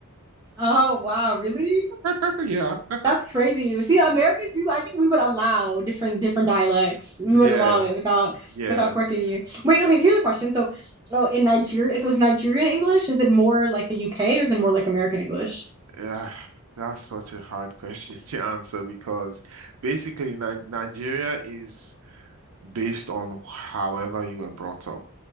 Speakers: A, on the right; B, on the right.
A: Oh wow, really?
B: <laughs>
A: That's crazy. See, Americans, we, I think we would allow different different dialects. We
B: Yeah,
A: would allow it without
B: yeah,
A: without
B: yeah.
A: correcting you. Wait, okay, here's a question. So, oh, in Nigeria, so is Nigerian English? Is it more like the UK or is it more like American English?
B: Uh, that's such a hard <laughs> question to answer because basically, Ni Nigeria is based on however you were brought up.